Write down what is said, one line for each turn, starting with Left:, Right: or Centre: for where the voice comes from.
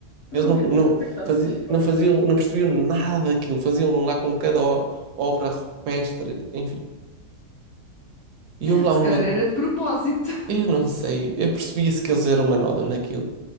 Right: Eles
Left: Oh
Right: não,
Left: meu
Right: não,
Left: Deus, coitados.
Right: faziam, não faziam, não percebiam nada daquilo, faziam lá com cada o- obra rupestre, enfim. E houve lá
Left: Se
Right: um
Left: calhar
Right: momento.
Left: era de propósito.
Right: Eu não sei, eu percebia-se que eles eram uma nódoa naquilo.